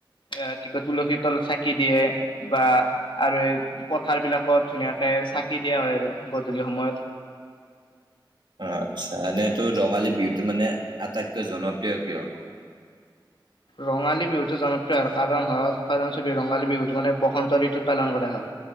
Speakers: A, on the left (about 70°); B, on the right (about 65°).
A: এ কি কয় তুলসী তল চাকি দিয়ে বা আৰু এই পথাৰ বিলাকত ধুনীয়াকে চাকি দিয়া হয় আৰু গধূলি সময়ত।
B: অ আচ্ছা এনে তোৰ ৰঙালী বিহুতটো মানে আটাইতকৈ জনপ্ৰিয় কিয়?
A: ৰঙালী বিহুতটো জনপ্ৰিয় কাৰণ হয় কাৰবি ৰঙালী বিহুতটো মানে বসন্ত ঋতুত পালন কৰা হয়।